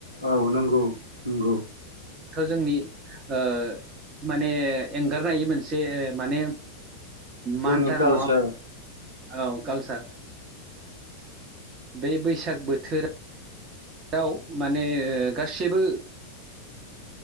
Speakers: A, on the right; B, on the right.
A: औ नंगौ नंगौ
B: थ' जोंनि ओ माने एंगारनाय मोनसे माने
A: जोंनि
B: मानथारो
A: कालसार
B: नङा औ कालसार बे बैसाग बोथोरा दाव माने गासिबो